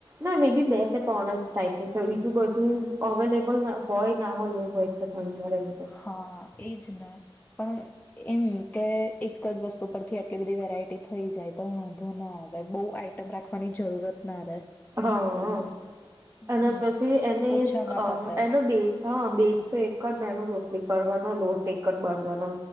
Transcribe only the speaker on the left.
હા એજ ને પણ એમ કે એક જ વસ્તુ ઉપરથી એટલી બધી વેરાયટી થઈ જાય તો વાંધો ના આવે બહુ આઈટમ રાખવાની જરૂરત ના રહે
હમ
ઓછામાં પતે